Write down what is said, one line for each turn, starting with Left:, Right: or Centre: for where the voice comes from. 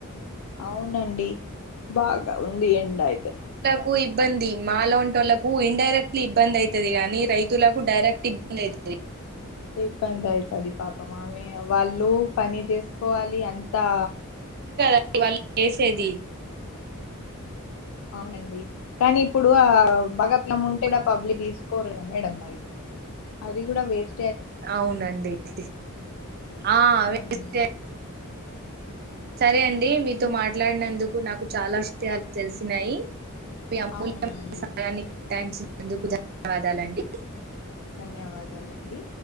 Left: అవునండి బాగా ఉంది ఎండా అయితే
Right: కు ఇబ్బంది మాలంటోళ్లకు ఇన్డైరెక్ట్లీ ఇబ్బంది అయితది గానీ రైతులకు డైరెక్ట్ ఇబ్బంది అయితది
Left: ఇబ్బంది అయితది పాపం ఆమె వాళ్ళు పని చేసుకోవాలి అంతా
Right: ఇగ వాళ్ళు చేసేది
Left: అవునండి కానీ ఇప్పుడు ఆ బగప్ల ముంటే కూడా పబ్లి తీసుకోరుగా మేడం మరి అది కూడా వేస్
Right: అవునండి అది ఆ వేస్టే
Left: ఉమ్,
Right: సరే అండి మీతో
Left: ఉమ్,
Right: మాట్లాడినందుకు నాకు చాలా విషయాలు తెలిసినాయి మీ అమూల్యమ
Left: అవునండి
Right: సమయాన్ని కేటాయించినందుకు ధన్యవాదాలండి
Left: ధన్యవాదాలండి